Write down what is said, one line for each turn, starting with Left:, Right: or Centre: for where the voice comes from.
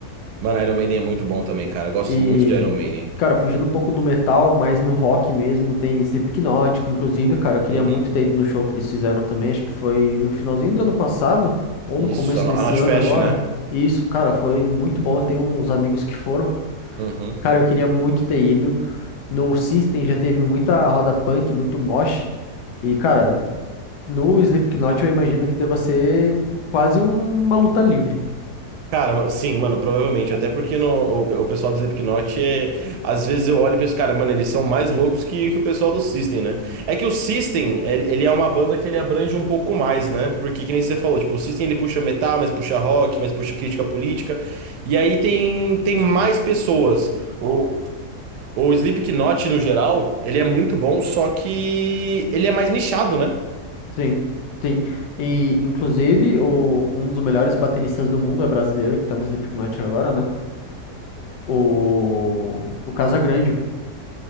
Right: Mano, Iron Maiden é muito bom também, cara. Eu gosto
Left: E,
Right: muito de Iron Maiden.
Left: cara, fugindo um pouco do metal, mas no rock mesmo, tem Slipknot, que inclusive, cara, eu queria
Right: Uhum.
Left: muito ter ido no show que eles fizeram também. Acho que foi no finalzinho do ano passado, ou
Right: Isso,
Left: no começo
Right: a, No-
Left: desse
Right: a Not
Left: ano
Right: Fast,
Left: agora.
Right: né?
Left: Isso, cara, foi muito bom. Eu tenho uns amigos que foram.
Right: Uhum.
Left: Cara, eu queria muito ter ido. No System já teve muita roda punk, muito mosh. E, cara, no Slipknot eu imagino que deva ser quase uma luta livre.
Right: Cara, sim, mano, provavelmente. Até porque no, o, pe- o pessoal do Slipknot é. Às vezes eu olho e penso, cara, mano, eles são mais loucos que, que o pessoal do System, né? É que o System, ele, ele é uma banda que ele abrange um pouco mais, né? Porque, que nem você falou, tipo, o System ele puxa metal, mas puxa rock, mas puxa crítica política. E aí tem, tem mais pessoas. O, o Slipknot, no geral, ele é muito bom, só que ele é mais nichado, né?
Left: Sim, sim. E, inclusive, o, um dos melhores bateristas do mundo é brasileiro, que tá no Slipknot agora, né? O, o Casagrande.